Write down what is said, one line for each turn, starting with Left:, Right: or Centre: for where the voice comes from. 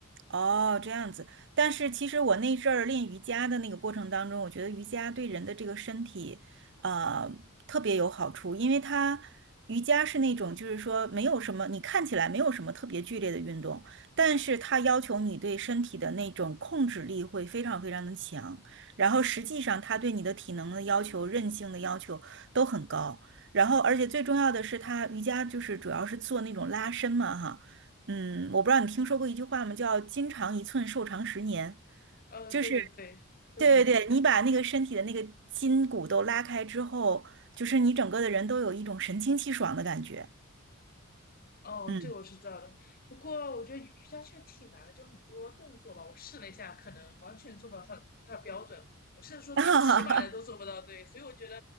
Right: 哦，这样子。但是其实我那阵儿练瑜伽的那个过程当中，我觉得瑜伽对人的这个身体，呃，特别有好处，因为它瑜伽是那种就是说没有什么，你看起来没有什么特别剧烈的运动，但是它要求你对身体的那种控制力会非常非常的强，然后实际上它对你的体能的要求、韧性的要求都很高。然后，而且最重要的是，它瑜伽就是主要是做那种拉伸嘛，哈。嗯，我不知道你听说过一句话吗？叫“筋长一寸，寿长十年”，
Left: 呃，
Right: 就是
Left: 对对对，都很。
Right: 对对对，你把那个身体的那个筋骨都拉开之后，就是你整个的人都有一种神清气爽的感觉。
Left: 哦，
Right: 嗯，
Left: 这个我是知道的。不过我觉得瑜伽确实挺难的，就很多动作吧，我试了一下，可能完全做不到它它的标准。我甚至说最起码的都做不到，
Right: <laughs>
Left: 对。所以我觉得